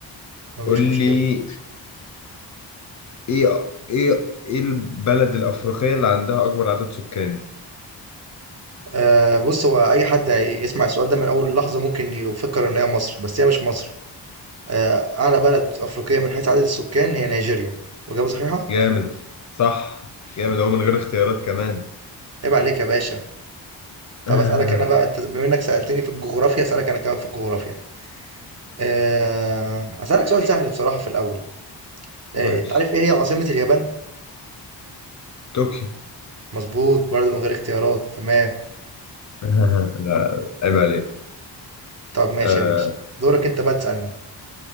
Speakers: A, on the right; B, on the left.
A: مفيش
B: قول لي
A: مشكله
B: إيه إيه إيه البلد الأفريقية اللي عندها أكبر عدد سكان
A: آه بص هو اي حد يسمع السؤال ده من اول لحظه ممكن يفكر ان هي مصر بس هي مش مصر آه اعلى بلد افريقيه من حيث عدد السكان هي نيجيريا واجابه صحيحه
B: جامد صح جامد أهو من غير اختيارات كمان
A: عيب عليك يا باشا
B: <laughs>
A: طب اسالك انا بقى انت بما انك سالتني في الجغرافيا اسالك انا كمان في الجغرافيا أه... اسالك سؤال سهل بصراحه في الاول أه...
B: ماشي
A: تعرف ايه هي عاصمه اليابان
B: طوكيو
A: مظبوط برضه من غير اختيارات تمام
B: <laughs> لا عيب عليك
A: طب ماشي
B: آه
A: يا ماشي دورك انت بقى تسالني